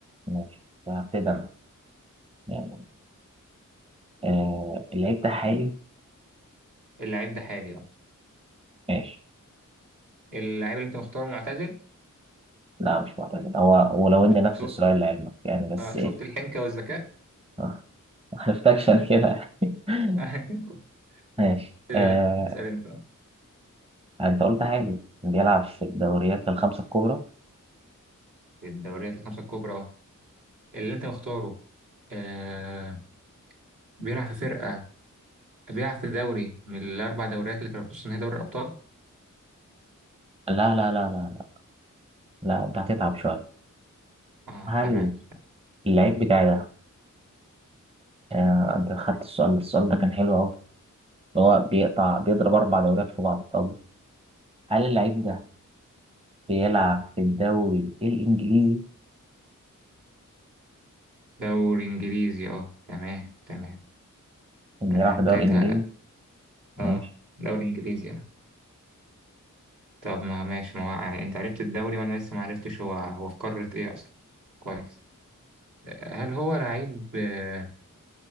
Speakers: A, on the right; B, on the right.
A: ماشي فهبتدي أنا يعني آه اللعيب ده حالي
B: اللعيب ده حالي اه
A: ماشي
B: اللعيب اللي انت مختاره معتزل
A: لا مش معتقد هو ولو إن نفس
B: شفت
A: السؤال لعلمك يعني بس
B: آه،
A: إيه
B: شفت الحنكه والذكاء
A: <laughs> آه، ما عرفتكش أنا كده <laughs>
B: <laughs>
A: ماشي
B: آه،
A: آه
B: اسأل انت بقى.
A: أنت قلت حالي بيلعب في الدوريات الخمسة الكبرى
B: في الدوريات الخمسة الكبرى اللي أنت مختاره آه بيلعب في فرقة بيلعب في دوري من الأربع دوريات اللي كانوا بتص نهائي دوري الأبطال؟
A: لا لا لا لا لا لا أنت هتتعب شوية
B: أه
A: هل
B: تمام
A: اللعيب بتاعي ده آه، انت خدت السؤال السؤال ده كان حلو قوي هو بيقطع بيضرب اربع دوريات في بعض طب هل اللعيب ده بيلعب في الدوري الانجليزي
B: دوري إنجليزي أه تمام تمام
A: اللي
B: أنا
A: يلعب في
B: ابتديت
A: الدوري الانجليزي
B: هلا
A: ماشي
B: أه دوري إنجليزي أه طب ما ماشي ما هو- يعني أنت عرفت الدوري وأنا لسه ما عرفتش هو هو في قارة إيه أصلا كويس آه، هل هو لعيب آه،